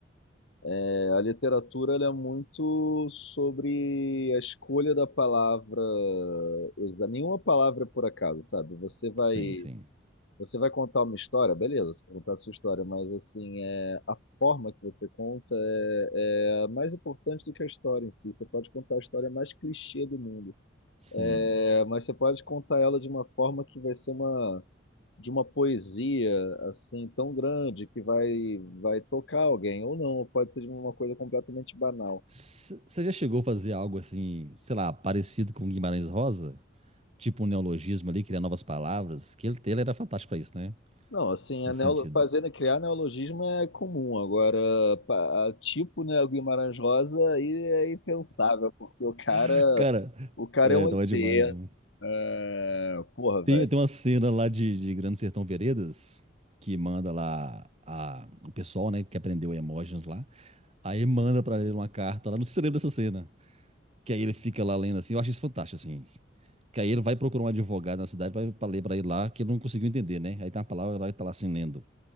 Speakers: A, on the left; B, on the right.
A: é, a literatura ela é muito sobre a escolha da palavra, exa- nenhuma palavra é por acaso, sabe? Você vai,
B: sim, sim,
A: você vai contar uma história, beleza, você vai contar a sua história, mas assim, é, a forma que você conta é, é a mais importante do que a história em si. Você pode contar a história mais clichê do mundo.
B: sim.
A: É, mas você pode contar ela de uma forma que vai ser uma de uma poesia assim tão grande que vai vai tocar alguém ou não, pode ser de uma coisa completamente banal.
B: Você já chegou a fazer algo assim, sei lá, parecido com Guimarães Rosa? Tipo um neologismo ali, criar novas palavras? Que ele, ele era fantástico pra isso, né?
A: Não, assim,
B: Nesse
A: a neolo-
B: sentido.
A: fazendo criar neologismo é comum. Agora, pa- a tipo, né, o Guimarães Rosa aí é impensável, porque o cara
B: <laughs> Cara,
A: o cara
B: é,
A: é um
B: não
A: ET.
B: é demais um.
A: É, porra,
B: Tem,
A: velho.
B: tem uma cena lá de, de Grande Sertão Veredas, que manda lá a- o pessoal, né, que aprendeu emojis lá. Aí manda pra ele uma carta lá, não se lembra dessa cena. Que aí ele fica lá lendo assim, eu acho isso fantástico, assim. Que aí ele vai procurar um advogado na cidade pra, pra ler pra ele lá, que ele não conseguiu entender, né? Aí tem uma palavra lá que tá lá assim lendo.